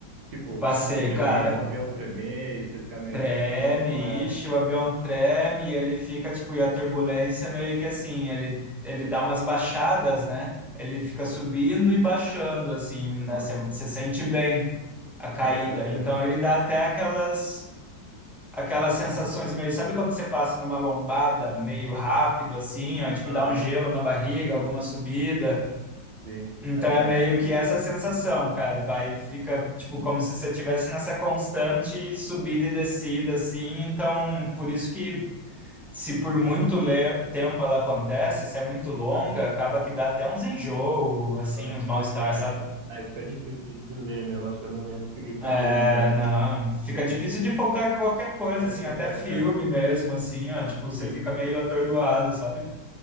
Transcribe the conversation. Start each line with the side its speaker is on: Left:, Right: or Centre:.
Right: Tipo,
Centre: Passei,
Right: de tremer,
Centre: cara.
Right: o avião tremer e você ficar meio,
Centre: Treme,
Right: pô, que porra é essa?
Centre: ixi, o avião treme e ele fica, tipo, e a turbulência é meio que assim, ele, ele dá umas baixadas, né? Ele fica subindo e baixando, assim, né?
Right: Não.
Centre: Você você sente bem a caída.
Right: Ah, pode crer.
Centre: Então ele dá até aquelas aquelas sensações meio, sabe quando você passa numa lombada meio rápido, assim, ó, e, tipo,
Right: Aham,
Centre: dá um gelo na barriga, alguma subida.
Right: sim.
Centre: Então
Right: É, pô,
Centre: é meio
Right: é,
Centre: que
Right: é.
Centre: essa sensação, cara, vai, fica tipo como se você estivesse nessa constante subida e descida, assim. Então, por isso que se por muito le- tempo ela acontece, se é muito longa, acaba que dá até uns enjoo, assim,
Right: Ah,
Centre: uns
Right: tá.
Centre: mal-estar,
Right: Ah,
Centre: sabe?
Right: é. Aí fica difícil de, de ler mesmo, acho que eu não ia conseguir ficar
Centre: É,
Right: lendo também.
Centre: não, fica
Right: Tem.
Centre: difícil de focar em qualquer coisa,
Right: É,
Centre: assim,
Right: qualquer.
Centre: até filme
Right: É, É,
Centre: mesmo, assim, ó, tipo, você
Right: sim,
Centre: fica meio atordoado, sabe?